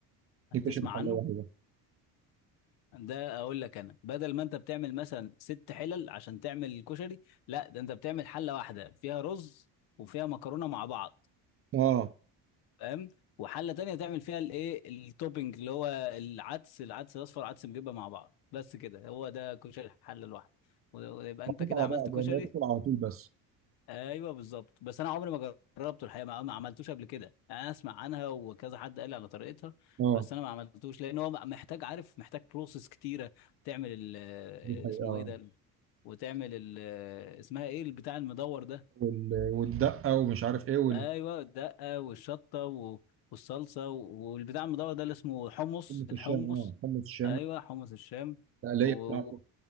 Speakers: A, on the left; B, on the right.
A: هتسمع
B: دي كشري
A: عنه
B: حله واحده
A: ده اقول لك انا بدل ما انت بتعمل مثلا ست حلل عشان تعمل الكشري لا ده انت بتعمل حله واحده فيها رز وفيها مكرونه مع بعض
B: اه
A: فاهم وحله تانية تعمل فيها الايه التوبينج اللي هو العدس العدس الاصفر عدس مجبه مع بعض بس كده هو ده كشري الحله الواحده و- ويبقى
B: محطوط
A: انت كده
B: على
A: عملت
B: بعض
A: كشري
B: يعني هو تاكل على طول بس
A: ايوه بالظبط بس انا عمري ما جربته الحقيقه ما ما عملتوش قبل كده انا اسمع عنها وكذا حد قال لي على طريقتها
B: اه
A: بس انا ما عملتوش لان هو محتاج عارف محتاج بروسيس كتيره تعمل ال
B: دي حقيقه
A: آه، اسمه
B: اه
A: ايه ده ال- وتعمل ال آه، اسمها ايه البتاع المدور ده
B: وال... والدقه ومش عارف ايه وال
A: ايوه الدقه والشطه و- والصلصه و- والبتاع المدور ده اللي اسمه حمص
B: حمص
A: الحمص
B: الشام اه حمص الشام
A: ايوه حمص الشام
B: التقليه
A: و...
B: بتاعته